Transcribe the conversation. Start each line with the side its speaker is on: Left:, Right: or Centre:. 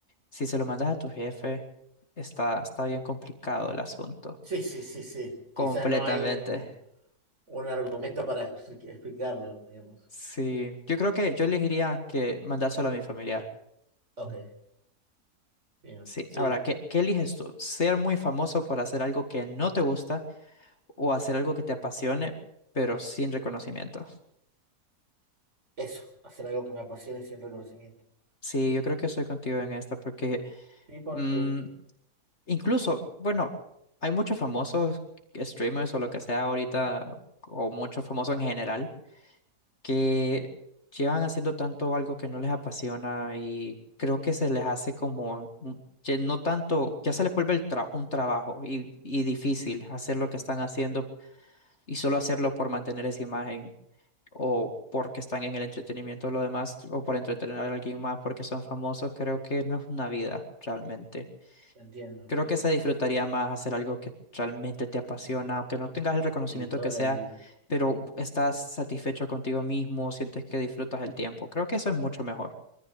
Left: si se lo mandas a tu jefe, está, está bien complicado el asunto,
Right: Sí, sí, sí, sí. Quizás
Left: completamente.
Right: no hay un, un argumento para expli- explicarlo, digamos.
Left: Sí, yo creo que yo elegiría que mandárselo a mi familiar.
Right: Ok, bien.
Left: Sí,
Right: Sí,
Left: ahora, ¿qué, qué eliges tú? ¿Ser muy famoso por hacer algo que no te gusta o hacer algo que te apasione, pero sin reconocimiento?
Right: eso, hacer algo que me apasione sin reconocimiento.
Left: Sí, yo creo que estoy contigo en esta porque
Right: Sí, porque
Left: mm, incluso, bueno, hay muchos famosos streamers o lo que sea ahorita, o muchos famosos en general, que llevan haciendo tanto algo que no les apasiona y creo que se les hace como, un- que no tanto, ya se les vuelve el tra- un trabajo y, y difícil hacer lo que están haciendo y solo hacerlo por mantener esa imagen o porque están en el entretenimiento o lo demás o por entretener a alguien más porque son famosos, creo que no es una vida realmente.
Right: entiendo,
Left: Creo
Right: sí,
Left: que
Right: sí,
Left: se disfrutaría
Right: sí, sí.
Left: más hacer algo que realmente te apasiona, aunque no tengas el reconocimiento
Right: Sí, toda
Left: que
Right: la
Left: sea,
Right: vida.
Left: pero estás satisfecho contigo mismo, sientes que disfrutas el tiempo. Creo que eso es mucho mejor.